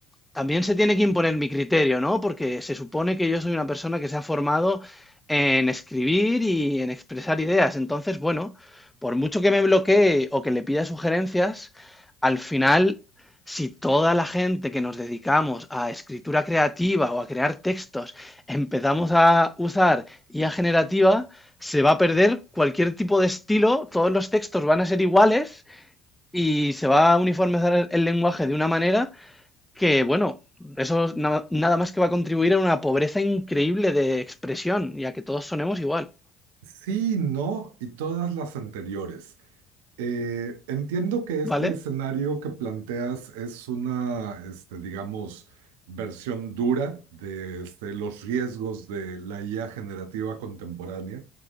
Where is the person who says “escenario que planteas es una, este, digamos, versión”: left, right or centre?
Right